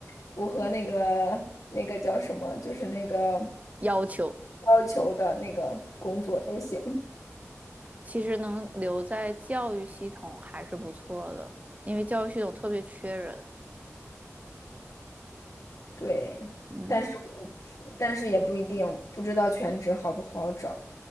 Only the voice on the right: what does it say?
要求。
其实能留在教育系统还是不错的，因为教育系统特别缺人。
嗯，